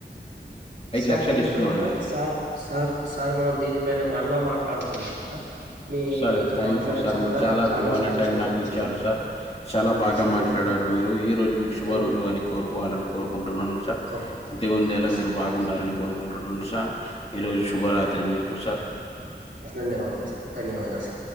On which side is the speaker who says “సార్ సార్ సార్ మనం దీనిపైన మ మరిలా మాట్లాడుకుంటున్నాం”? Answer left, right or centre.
Right